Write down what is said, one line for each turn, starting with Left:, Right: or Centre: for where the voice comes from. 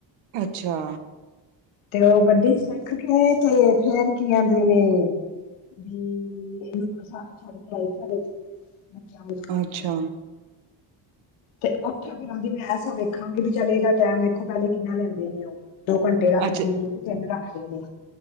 Right: ਅੱਛਾ
Left: ਤੇ ਉਹ ਗੱਡੀ ਸਿੱਖ ਕੇ ਤੇ ਫੇਰ ਕੀ ਆਹੰਦੇ ਨੇ ਹਮ ਵੀ ਇਹਨੂੰ ਛੱਡ ਕੇ ਆਈ ਸੀ ਸਾਡੇ ਚ ਬੱਚਿਆਂ ਨੂੰ ਸਕੂਲ
Right: ਅੱਛਾ
Left: ਚ ਤੇ ਉੱਥੇ ਬਾਂਦੀ <unintelligible> ਮੈਂ ਐਸਾ ਵੇਖਾਂਗੀ ਚੱਲ ਇਹਦਾ ਟੈਮ ਵੇਖੋ ਪਹਿਲੇ ਕਿੰਨਾ ਲੈਂਦੇ ਨੇ ਉਹ। ਦੋ ਘੰਟੇ ਰੱਖਦੇ
Right: ਅੱਛਾ
Left: ਨੇ ਇਹਨੂੰ ਕਿ ਤਿੰਨ ਰੱਖਦੇ ਨੇ